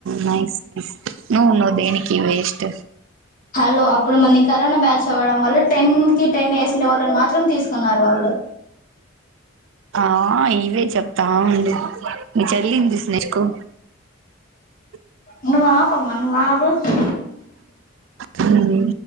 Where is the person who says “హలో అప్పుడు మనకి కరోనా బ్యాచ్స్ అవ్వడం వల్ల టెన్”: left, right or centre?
Left